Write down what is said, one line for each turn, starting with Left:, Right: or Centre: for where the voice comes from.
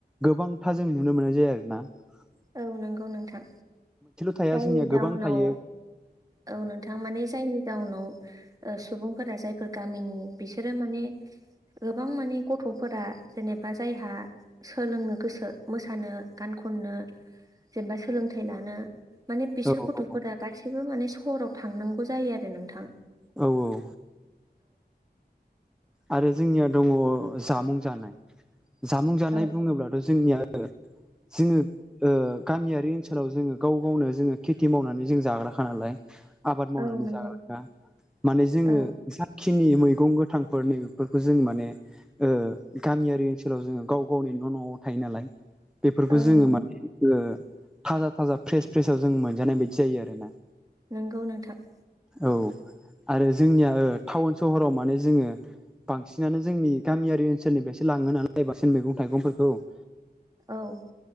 Centre: गोबांथा जों नुनो मोननाय जाया आरो ना ।
Right: औ नंगौ नोंथां
Centre: थाया
Right: जायनि
Centre: जोंनिया गोबां
Right: जाउनाव
Centre: थायो
Right: औ नोंथां माने जायनि गउनाव सुबुंफोरा जायफोर गामिनि बिसोरो माने गोबां माने गथ'फोरा जेनेबा जायहा सोलोंनो गोसो मोसानो गानखौ खननो जेनबा सोलोंथाइ लानो माने बिसोर
Centre: औ
Right: गथ'फोरा गासैबो माने सहराव थांनांगौ जायो आरो नोंथां ।
Centre: औ औ । आरो जोंनिया दङ जामुं जानाय जामुं जानाय
Right: औ
Centre: बुङोब्लाथ' जोंनिया <unintelligible> जोङो ओ गामियारि ओनसोलाव जोङो गाव गावनो जोङो खेथि मावनानै जों जाग्राखा नालाय आबाद मावनानै
Right: औ नंगौ
Centre: जाग्राख्रा माने जोङो
Right: औ
Centre: जाखिनि मैगं गोथां फोर नैबेेफोरखौ जों माने ओ गामियारि ओनसोलाव जोङो गाव गावनि न' न'आव थायो नालाय बेफोरखौ
Right: औ
Centre: जोङो
Right: नंगौ
Centre: माने ओ थाजा थाजा फ्रेस फ्रेसाव जों मोनजानाय बायदि जायो आरो ना
Right: नंगौ नोंथा ।
Centre: औ आरो जोंनिया टाउन सहराव माने जोङो बांसिनानो जोंनि गामियारि ओनसोलनिफ्रायसो लाङो नालाय बांसिन मैगं थाइगंफोरखौ ।
Right: औ ।